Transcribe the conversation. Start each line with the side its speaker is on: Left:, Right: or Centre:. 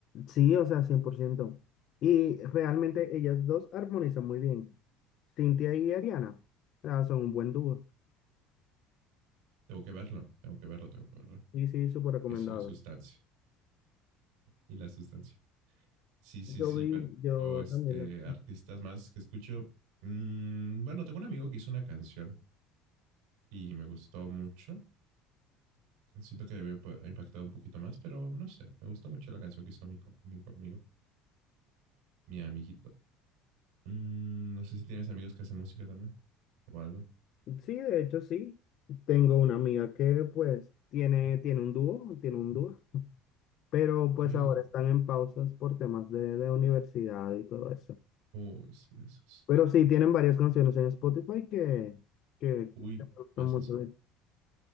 Left: Sí, o sea, cien por ciento Y realmente ellas dos armonizan muy bien. Cintia y Ariana, o sea, son un buen dúo.
Right: Tengo que verlo, tengo que verlo, tengo que verlo.
Left: Y sí, súper recomendado.
Right: Que soy sustancia. Y la sustancia. Sí, sí,
Left: Yo
Right: sí,
Left: vi,
Right: pero
Left: yo
Right: este,
Left: también. la-
Right: artistas más que escucho. mm, bueno, tengo un amigo que hizo una canción y me gustó mucho. Siento que debió pa- ha impactado un poquito más, pero no sé. Me gustó mucho la canción que hizo mi, co- mi co- amigo, mi amiguito. Mm, no sé si tienes amigos que hacen música también o algo.
Left: Sí, de hecho, sí. Tengo una amiga que pues tiene, tiene un dúo, tiene un dúo, pero pues
Right: ¿Qué?
Left: ahora están en pausas por temas de, de universidad y todo eso.
Right: Uy, sí, esos.
Left: Pero sí, tienen varias canciones en Spotify que, que
Right: Uy,
Left: que me gustan
Right: pasas.
Left: mucho.